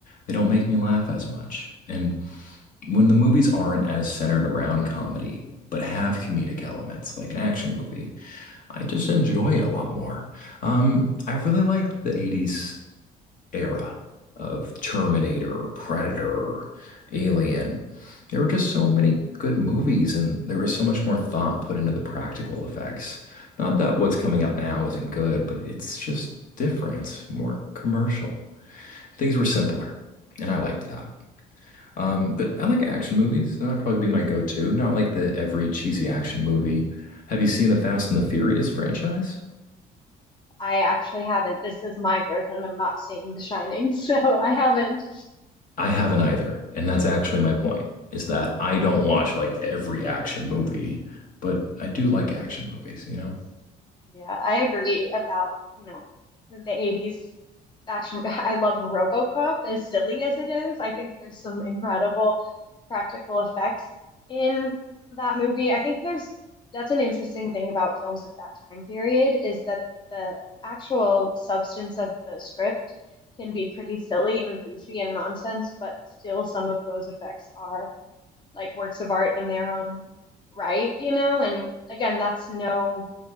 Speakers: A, on the left (about 50°); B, on the left (about 25°).
A: They don't make me laugh as much. And when the movies aren't as centered around comedy, but have comedic elements like an action movie, I just enjoy it a lot more. Um, I really like the 80s era of Terminator, Predator, Alien. There were just so many good movies, and there was so much more thought put into the practical effects. Not that what's coming out now isn't good, but it's just different. It's more commercial. Things were simpler, and I liked that. Um, but I like action movies. That'd probably be my go-to. Not like the every cheesy action movie. Have you seen the Fast and the Furious franchise?
B: I actually haven't. This is my version of not seeing The Shining, <laughs> so I haven't.
A: I haven't either. And that's actually my point, is that I don't watch like every action movie, but I do like action movies, you know?
B: Yeah, I agree about, you know, the 80s action. <laughs> I love RoboCop as silly as it is. I think there's some incredible practical effects in that movie. I think there's that's an interesting thing about films of that time period is that the actual substance of the script can be pretty silly and goofy and nonsense, but still some of those effects are like works of art in their own right, you know? And again, that's no